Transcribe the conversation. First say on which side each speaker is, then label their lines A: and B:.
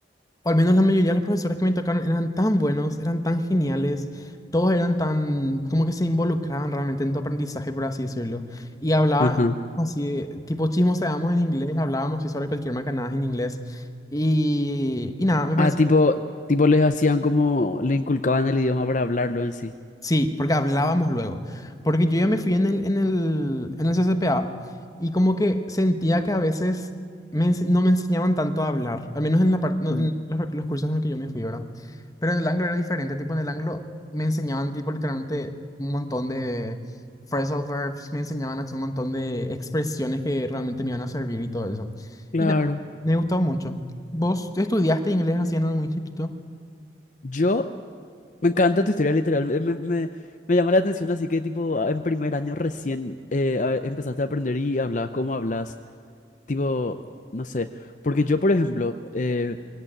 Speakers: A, on the left; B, on the left.
A: o al menos la mayoría de los profesores que me tocaron, eran tan buenos, eran tan geniales. Todos eran tan, como que se involucraban realmente en tu aprendizaje, por así decirlo. Y hablaban
B: Ajá.
A: así de, tipo chismoseábamos en inglés, hablábamos así sobre cualquier macanada en inglés. Y, y nada, me
B: Ah,
A: pareció
B: tipo, tipo les hacían como, le inculcaban el idioma para hablarlo en sí.
A: Sí, porque hablábamos luego. Porque yo ya me fui en el, en el, en el CCPA y como que sentía que a veces me ense- no me enseñaban tanto a hablar, al menos en, la par- no,
B: Mm.
A: en los, los cursos en los que yo me fui, ¿verdad? Pero en el Anglo era diferente, tipo en el Anglo me enseñaban tipo literalmente un montón de phrasal verbs, me enseñaban hasta un montón de expresiones que realmente me iban a servir y todo eso.
B: Claro.
A: Y nada, me gustó mucho. ¿Vos estudiaste inglés así en algún instituto?
B: Yo, me encanta tu historia literal, eh, me, me, me llama la atención, así que tipo, en primer año recién eh, a- empezaste a aprender y hablabas como hablas, tipo, no sé, porque yo, por ejemplo, eh,